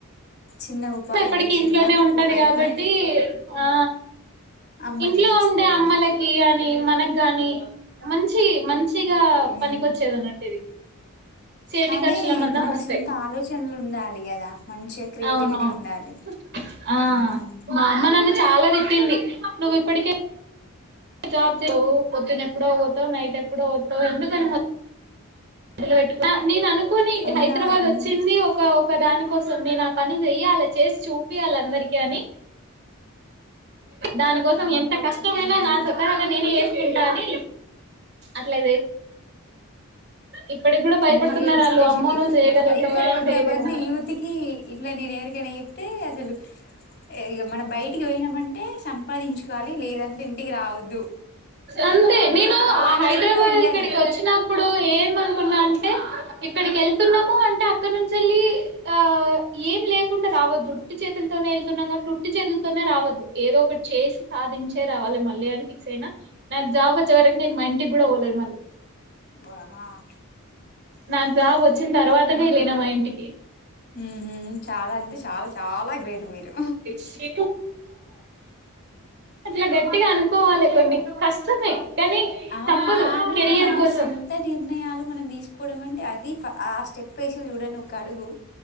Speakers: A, on the left; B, on the right.
A: చిన్న ఉపాయం
B: ఎప్పటికి
A: వేసిల్లా
B: ఇంట్లోనే ఉంటది
A: ప్రయత్నం
B: కాబట్టి ఆ
A: అమ్మ
B: ఇంట్లో
A: చేసిస్తది
B: ఉండే అమ్మలకి
A: అని
B: అని మనకు గాని మంచి మంచిగా
A: ఉమ్
B: పనికొచ్చేది అన్నట్టు ఇది చేటి
A: కానీ
B: ఖర్చుల మందం
A: మన
B: వస్తాయి
A: సొంత ఆలోచనలు ఉండాలి కదా మంచిగా క్రియేటివిటీ
B: అవునువును
A: ఉండాలి
B: ఆ
A: ఉమ్
B: మామ్మ న చ చాలా తిట్టింది నువ్వు ఇప్పటికే జాబ్ చేవు పొద్దున ఎప్పుడో అవతావు నైట్ ఎప్పుడో అతావు ఎందుకని మ అ నను అను చనుకని
A: ఉన్నవా
B: హైదరాబాద్ వచ్చింది
A: ఉన్న
B: ఒక ఒక దాని కోసం నేను ఆ పని చెయ్యాలి చేసి చూపియాలి అందరికి అని దానికోసం ఎంత కష్టమైనా
A: ఆహా
B: నా సతగా నేను చేసుకుంటాని అట్లా ఇప్పటికి కూడా భయపడుతున్నారు
A: మీరే ఇన్స్పిరేషన్
B: వాళ్ళు అమ్మో
A: ఇట్
B: నువ్వు చేయగలుగుతావా
A: ఇట్లా ఇట్లా కొంతమంది
B: చేయలేవా
A: యూత్ కి ఇట్లా నేను ఎవరికైనా చెప్తే అసలు ఇ మన బయటి పోయినామంటే సంపాదించుకోవాలి లేదంటే ఇంటికి రావద్దు
B: అంతే
A: అదే
B: నేను
A: ఆ ఆలోచనతో
B: హైదరాబాద్
A: వెళ్ళాలి
B: ఇక్కడికి
A: ఇక
B: వచ్చినప్పుడు ఏమ అనుకున్నా అంటే ఇక్కడికి వెళ్తున్నాము అంటే అక్కనంంచిల్లి ఆ ఏం లేకుండా రావదు ఉట్టి చేతులతోనే వెళ్తున్నాగాటీ ఉట్టి చేతు నే రావద్దు ఏదో ఒకటి చేసి సాధించే రావాలి మళ్ళీ అని ఫిక్స్ అయినా నాకు జాబ్ వచ్చవరకి నేను మా ఇంటికి కూడా పోలేదు మళ్ళీ
A: వా
B: నాకు బాబు వచ్చిన తర్వాతనేళనా మా ఇంటికి ఏ
A: ఊహు చాలా అంటే చాలా చాలా గ్రేట్ మీరు
B: శీ అ గటి అనుకోవాలి కొన్ని కష్టమే కానీ
A: అవును
B: తప్పదు
A: కానీ
B: కెరియర్
A: మన
B: కోసం
A: సొంత నిర్ణయాలు మనం తీసుకోవడం అం అంటే అది ఆ స్టెప్ వేసి చూడండి ఒక అడుగు